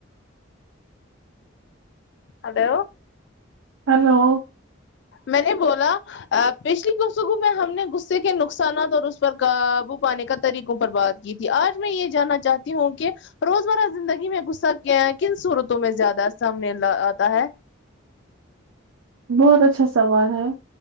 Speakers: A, on the left; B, on the right.
A: ہلو
B: ہلو
A: میں نے بولا پچھلی کفتگوں میں ہم نے غصے کے نقصانات اور اس پر قابو پانے کا طریقوں پر بات کی تھی آج میں یہ جاننا چاہتی ہوں کہ روزمرہ زندگی میں غصہ کن صورتوں میں زیادہ سامنے آتا ہے
B: بہت اچھا سوال ہے